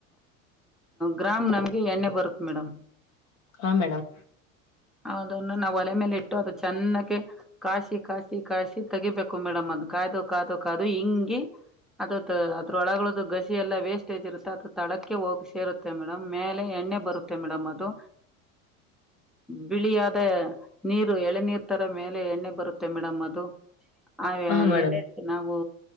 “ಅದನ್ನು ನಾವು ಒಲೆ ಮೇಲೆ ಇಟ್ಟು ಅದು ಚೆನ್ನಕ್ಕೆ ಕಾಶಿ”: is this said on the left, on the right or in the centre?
Centre